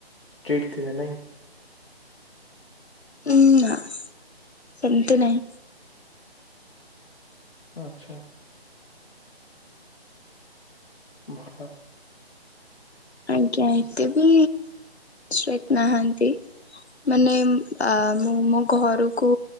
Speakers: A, on the left; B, on the left.
A: ଷ୍ଟ୍ରିକ୍ଟ ଥିବେ ନାହିଁ।
B: <inaudible> ନା ସେମିତି ନାଇଁ।
A: ଆଚ୍ଛା। ଭଲ।
B: ଆଜ୍ଞା, ଏତେ ବି ଷ୍ଟ୍ରିକ୍ଟ ନାହାନ୍ତି। ମାନେ ଆ ମୁଁ ମୋ ଘରକୁ